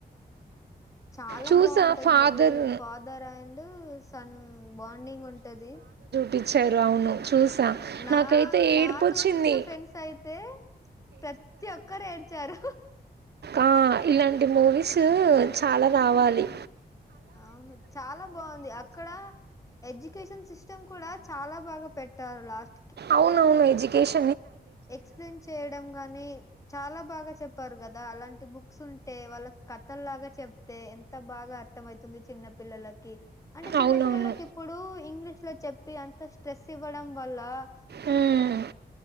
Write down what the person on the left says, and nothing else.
చాలా
బాగుంటది
movie father and son bonding ఉంటది
నా
నాతో చూసిన ఫ్రెండ్స్ అయితే ప్రతి ఒక్కరు ఏడ్చారు.
అవును చాలా బాగుంది అక్కడ ఎడ్యుకేషన్ సిస్ కూడా చాలా బాగా పెట్టారు లాస్ట్
ఎక్స్ప్లెయిన్ చేయడం గాని చాలా బాగా చెప్ చెప్పారు కదా అలాంటి బుక్స్ ఉంటే వాళ్ళకి కథల్ లాగా చెప్తే ఎంత బాగా అర్థం అవుతుంది చిన్న పిల్లలకి అంటే చిన్న
పిల్లలలకు ఇప్పుడు ఇంగ్లీష్ లో చెప్పి అంత స్ట్రెస్ ఇవ్వడం వల్ల